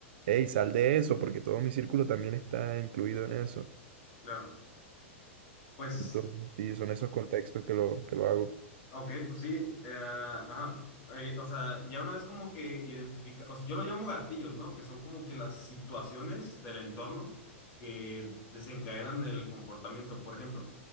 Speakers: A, on the right (about 50°); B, on the left (about 30°).
A: hey, sal de eso, porque todo mi círculo también está incluido en eso.
B: claro. Pues.
A: Entonces, sí, son esos contextos que lo, que lo hago.
B: Ok, pues sí, eh, ajá. Eh, o sea, ya una vez como que identifica, o sea, yo lo llamo gatillos, ¿no? Que son como que las situaciones del entorno que desencadenan el comportamiento, por ejemplo.